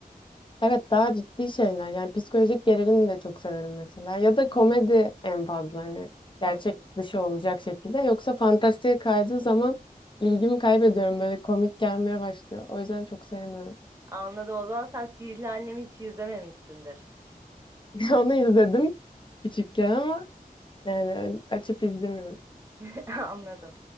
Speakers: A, on the left (about 30°); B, on the right (about 15°).
A: Evet daha ciddi şeyler yani psikolojik gerilimi de çok severim mesela ya da komedi en fazla hani gerçek
B: Hı.
A: dışı olacak şekilde yoksa fantastiğe kaydığı zaman ilgimi kaybediyorum böyle komik gelmeye başlıyor o yüzden çok sevmiyorum.
B: Anladım. O zaman sen Sihirli Annem'i hiç izlememişsindir.
A: <laughs> Onu izledim küçükken ama yani öyle açıp izlemiyorum.
B: <laughs> Anladım.